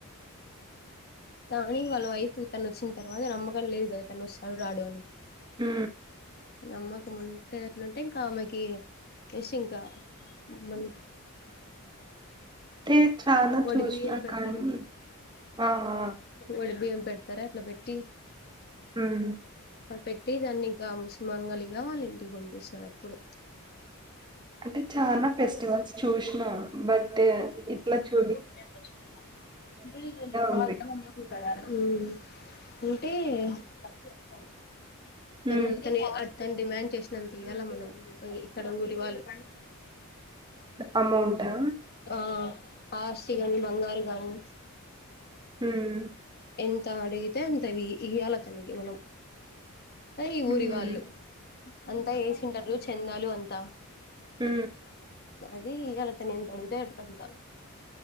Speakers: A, on the left; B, on the right.
A: కానీ వాళ్ళ వైఫ్ తను వచ్చిన్ తర్వాత నమ్మకం లేదు కదా తను వస్తాడొ రాడు అని
B: మ్
A: నమ్మకం ఉంటే అట్లుంటే ఇంకా ఆమెకి కేసి ఇంక మల్
B: తే చాలా
A: వడి
B: చూసినా
A: బియ్యం పెట్టరే.
B: కానీ ఆ ఆ
A: ఒడి బియం పెట్ తారే అట్ల పెట్టి,
B: హ్మ్
A: పెట్టి దాన్నింక ముస్ మంగలిగా వాల్ ఇంటికి పంపిస్తారు అప్పుడు.
B: అంటే చాన ఫెస్టివల్స్ చూసిన. బట్ ఇట్లా చు
A: ఏళ్ మ్
B: ఉంది
A: అంటే తను
B: ఉమ్
A: ఇతనే అతన్ డిమాండ్ చేసినంత ఇయ్యాల మనం. ఇక్కడ ఊరి వాళ్ళు
B: అమౌంటా?
A: ఆ ఆస్తి గాని, బంగారు గానీ,
B: ఉమ్
A: ఎంత అడిగితే అంత వి ఇయ్యాల తనికి మనం. అదే ఈ ఊరి
B: ఉమ్
A: వాళ్ళు. అంతా ఏసింటారు చెందాలు అంతా
B: మ్
A: అది ఇయ్యాల తను ఎంత అడిగితే అంత.